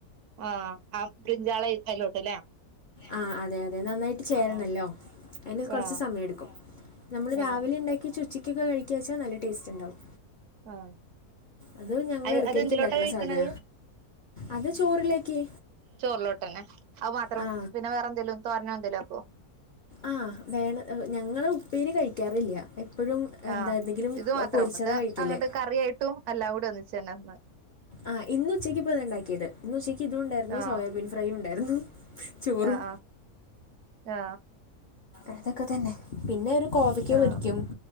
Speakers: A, on the right; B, on the left.
A: ആഹ് ആ ബ്രിൻജാൾ അയിൽ അയിലോട്ട് ല്ലേ
B: ആഹ് അതെ അതെ നന്നായിട്ട് ചേരണല്ലോ
A: ആഹ്
B: അതിന് കൊറച്ച്
A: ആഹ്
B: സമയം എടുക്കും നമ്മൾ രാവിലെ
A: ആഹ്
B: ഉണ്ടാക്കി വെച്ച ഉച്ച ക്കൊക്കെ കഴിക്കാച്ചാൽ നല്ല ടേസ്റ്റ് ഉണ്ടാവും
A: ആഹ്
B: അത് ഞങ്ങള്
A: അ
B: എടക്കിടക്ക്
A: അതെന്തിലോട്ടാ
B: ഉണ്ടാക്കണ
A: കഴിക്കണത്
B: സാധന അത് ചോറിലേക്ക്
A: ചോറിലോട്ട് അല്ലെ അത് മാത്രം
B: ആ
A: പിന്നെ വേറെന്തേലും തോരനോ എന്തേലും ആക്കോ
B: ആഹ് വേണ ഞങ്ങള് ഉപ്പേരി കഴിക്കാറില്ല എപ്പോഴും എന്താ
A: ആഹ്
B: എന്തെങ്കിലും
A: ഇത് മാത്രം
B: പൊരിച്ചതാണ്
A: ഇത്
B: കഴിക്കൽ
A: അങ്ങട്ട് കറിയായിട്ടും എല്ലാം കൂടി ഒന്നിച്ചന്നെ ഒന്ന്
B: ആഹ് ഇന്ന് ഉച്ചയ്ക്ക് ഇപ്പ ഇത് ഇണ്ടാക്കിയത് ഇന്ന് ഉച്ചയ്ക്ക് ഇതും ഉണ്ടായിരുന്നു
A: ആഹ്
B: സോയാബീൻ ഫ്രൈയും ഉണ്ടായിരുന്നു ചോറും
A: ആഹ് ആഹ്
B: അതൊക്കെ തന്നെ പിന്നെ ഒരു കോവക്ക
A: ആഹ്
B: പൊരിക്കും